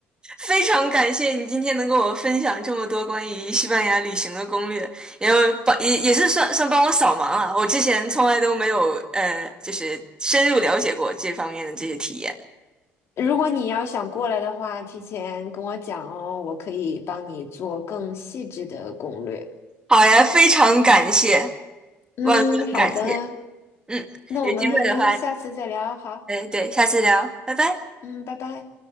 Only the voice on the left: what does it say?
如果你要想过来的话，提前跟我讲哦，我可以帮你做更细致的攻略。
嗯，
好的，
那我们下次再聊，
好，
嗯，拜拜。